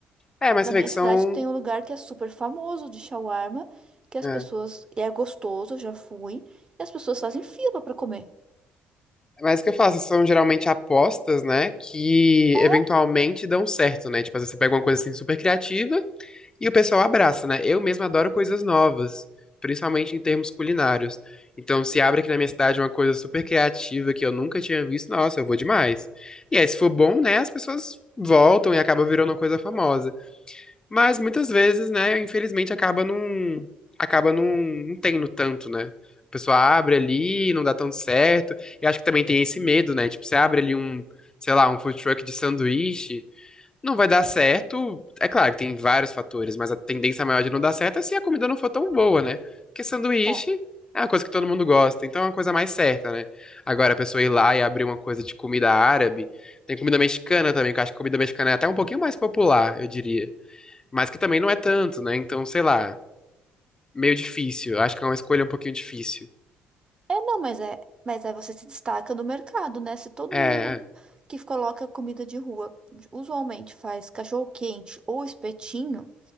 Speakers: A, on the left; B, on the right.
A: É, mas
B: Na
A: você
B: minha
A: vê que são.
B: cidade tem um lugar que é super famoso de shawarma, que as
A: É.
B: pessoas. E é gostoso, eu já fui. E as pessoas fazem fila pra comer.
A: Mas o que eu faço? São geralmente apostas, né? Que
B: É,
A: eventualmente dão certo, né? Tipo, às vezes você pega uma coisa assim super criativa e o pessoal abraça, né? Eu mesmo adoro coisas novas, principalmente em termos culinários. Então, se abre aqui na minha cidade uma coisa super criativa que eu nunca tinha visto, nossa, eu vou demais. E aí, se for bom, né? As pessoas voltam e acaba virando uma coisa famosa. Mas muitas vezes, né, infelizmente acaba não acaba não, não tendo tanto, né? A pessoa abre ali, não dá tanto certo. E acho que também tem esse medo, né? Tipo, você abre ali um, sei lá, um food truck de sanduíche, não vai dar certo. É claro que tem vários fatores, mas a tendência maior de não dar certo é se a comida não for tão boa, né? Porque sanduíche
B: é.
A: é uma coisa que todo mundo gosta, então é uma coisa mais certa, né? Agora a pessoa ir lá e abrir uma coisa de comida árabe, tem comida mexicana também, que eu acho que comida mexicana é até um pouquinho mais popular, eu diria. Mas que também não é tanto, né? Então, sei lá, meio difícil. Eu Acho que é uma escolha um pouquinho difícil.
B: É, não, mas é. Mas aí você se destaca no mercado, né? Se todo
A: É,
B: mundo que coloca comida de rua usualmente faz cachorro-quente ou espetinho,